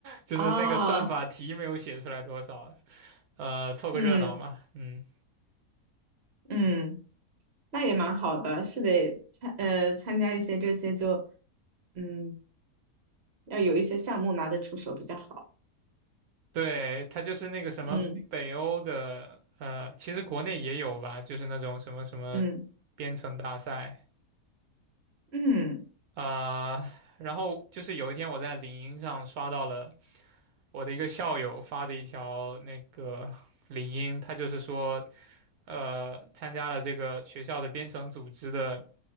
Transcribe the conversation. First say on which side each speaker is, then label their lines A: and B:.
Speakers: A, on the right; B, on the right.
A: 就是那个算法题没有写出来多少，
B: 啊
A: 呃，凑个热闹嘛，
B: 嗯
A: 嗯，
B: 嗯，那也蛮好的，是得参呃参加一些这些就。嗯，要有一些项目拿得出手比较好。
A: 对，它就是那个什么北欧的，
B: 嗯
A: 呃，其实国内也有吧，就是那种什么什么
B: 嗯
A: 编程大赛。
B: 嗯，
A: 呃，然后就是有一天我在领英上刷到了我的一个校友发的一条那个领英，他就是说，呃，参加了这个学校的编程组织的，